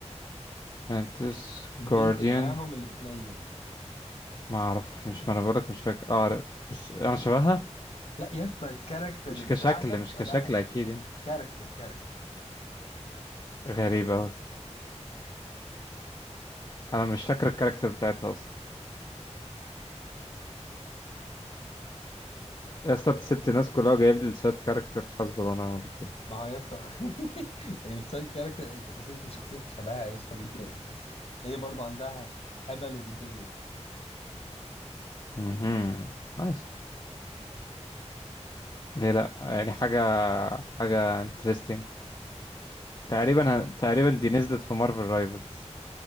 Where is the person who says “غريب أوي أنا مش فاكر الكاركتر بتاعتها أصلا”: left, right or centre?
Left